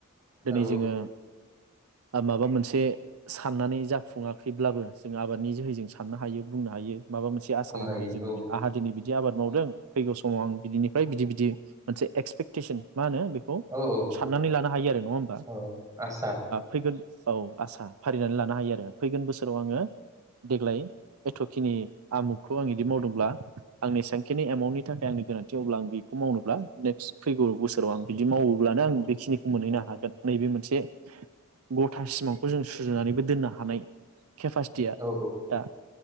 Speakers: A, on the right; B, on the right.
A: दिनै
B: औ
A: जोङो माबा मोनसे साननानै जाफुङाखैब्लाबो जों आबादनि जोहैजों साननो हायो बुंनो हायो। माबा मोनसे आसा
B: बुंनो
A: लानो हायो जों
B: औ
A: माने आंहा दिनै बि बिदि आबाद मावदों फैगौ समाव आं बिनिफ्राय बिदि बिदि मोनसे एक्सपेक्टेसन मा होनो बेखौ
B: औ औ
A: साननानै लानो हायो आरो नङा होमबा
B: औ आसा
A: फैगोन औ आसा फारिनानै लानो हायो आरो फैगोन बोसोराव आङो देग्लाय एथ'खिनि आमुगखौ आं बिदि मावदोंब्ला आंनि सेंखिनि एमाउन्टनि थाखाय आंनि गोनांथि अब्ला आं बेखौ मावनोब्ला नेक्स्ट फैगौ बोसोर फोराव आं बिदि मावोब्लानो
B: औ
A: आं बेखिनिखौ मोनहैनो
B: औ
A: हागोन नैबे मोनसे बे गथासिमाव खौ जों सुजुनानैबो दोनना हानाय केपासिटिया
B: औ
A: दा